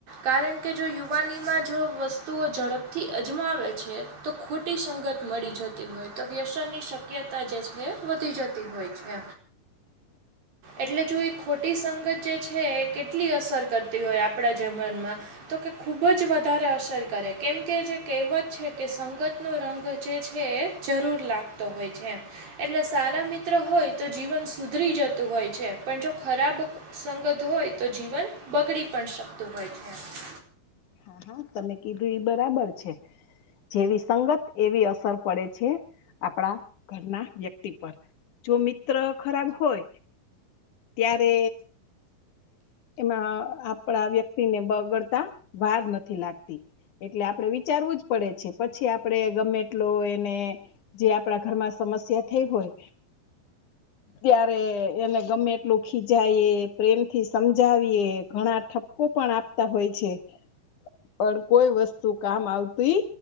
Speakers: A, on the right; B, on the left.
A: કારણ કે જો યુવાનીમાં જો વસ્તુઓ ઝડપથી અજમાવે છે તો ખોટી સંગત મળી જતી હોય તો વ્યસનની શક્યતા જે છે એ વધી જતી હોય છે.
B: <inaudible>
A: એટલે જો એક ખોટી સંગત જે છે એ કેટલી અસર કરતી હોય આપણા જીવનમાં. તો કે ખૂબ જ વધારે અસર કરે કેમ કે જે કહેવત છે કે સંગત રંગ જે છે જરૂર લાગતો હોય છે. એટલે સારા મિત્ર હોય તો જીવન સુધરી જતું હોય છે પણ જો ખરાબ સંગત હોય તો જીવન બગડી પણ શકતું હોય છે.
B: હા હા તમે કીધું એ બરાબર છે. જેવી સંગત એવી અસર પડે છે આપણા ઘરના વ્યક્તિ પર. જો મિત્ર ખરાબ હોય ત્યારે એમાં આપણા વ્યક્તિને બગડતા વાર નથી લાગતી. એટલે આપણે વિચારવું જ પડે છે પછી આપણે ગમે એટલો એને જે આપણા ઘરમાં સમસ્યા થઈ હોય ત્યારે એને ગમે એટલું ખીજાયે, પ્રેમથી સમજાવીએ ઘણા ઠપકો પણ આપ તા હોય છે. પણ કોઈ વસ્તુ કામ આવતી